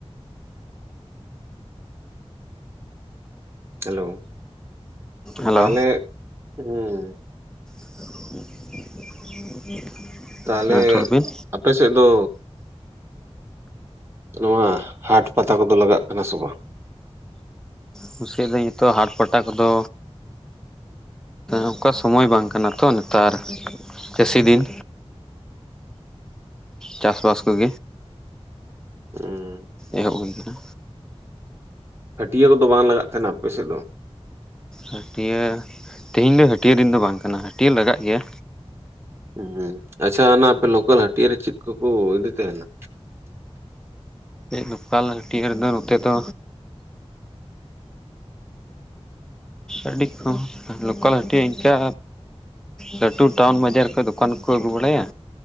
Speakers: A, on the right; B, in the centre.
A: ᱦᱮᱞᱳ
B: ᱦᱮᱞᱳ
A: ᱛᱟᱦᱚᱞᱮ ᱦᱩᱸ
B: <inaudible>
A: ᱛᱟᱦᱚᱞᱮ
B: ᱨᱚᱲ ᱵᱤᱱ
A: ᱟᱯᱮᱥᱮᱫ ᱫᱚ ᱱᱚᱣᱟ ᱦᱟᱴ ᱯᱟᱛᱟ ᱠᱚ ᱫᱚ ᱞᱟᱜᱟᱜ ᱠᱟᱱᱟ ᱥᱮ ᱵᱟᱝ
B: ᱠᱩᱥᱤᱭᱟᱫᱟᱹᱧ ᱱᱤᱛᱚᱜ ᱦᱟᱴ ᱯᱟᱴᱟ ᱠᱚᱫᱚ ᱚᱱᱠᱟ ᱥᱳᱢᱚᱭ ᱵᱟᱝ ᱠᱟᱱᱟ ᱛᱚ ᱱᱮᱛᱟᱨ ᱪᱟᱹᱥᱤ ᱫᱤᱱ ᱪᱟᱥ ᱵᱟᱥ ᱠᱚ ᱜᱮ
A: ᱦᱩᱸ
B: ᱮᱦᱚᱵ ᱦᱩᱭ ᱟᱠᱟᱱᱟ
A: ᱦᱟᱹᱴᱭᱟᱹ ᱠᱚ ᱫᱚ ᱵᱟᱝ ᱞᱟᱜᱟᱜ ᱛᱟᱦᱮᱸᱱᱟ ᱟᱯᱮ ᱥᱮᱫ ᱫᱚ
B: ᱦᱟᱹᱴᱤᱭᱟᱹ ᱛᱮᱦᱮᱧ ᱫᱚ ᱦᱟᱹᱴᱤᱭᱟᱹ ᱫᱤᱱ ᱫᱚ ᱵᱟᱝ ᱠᱟᱱᱟ ᱦᱟᱹᱴᱤᱭᱟᱹ ᱞᱟᱜᱟᱜ ᱜᱮᱭᱟ
A: ᱦᱩᱸ ᱟᱪᱪᱷᱟ ᱚᱱᱟ ᱟᱯᱮ ᱞᱳᱠᱟᱞ ᱦᱟᱹᱴᱤᱭᱟᱹ ᱨᱮ ᱪᱮᱫ ᱠᱚ ᱠᱚ ᱤᱫᱤ ᱛᱟᱸᱦᱮᱱᱟ
B: ᱞᱳᱠᱟᱞ ᱦᱟᱹᱴᱤᱭᱟᱹ ᱨᱮᱫᱚ ᱱᱚᱛᱮ ᱫᱚ ᱟᱹᱰᱤ ᱠᱚ ᱞᱳᱠᱟᱞ ᱦᱟᱹᱴᱤᱭᱟᱹ ᱤᱱᱠᱟ ᱞᱟᱹᱴᱩ ᱴᱟᱣᱩᱱ ᱵᱟᱡᱟᱨ ᱠᱷᱚᱡ ᱫᱚᱠᱟᱱ ᱠᱚ ᱟᱹᱜᱩ ᱵᱟᱲᱟᱭᱟ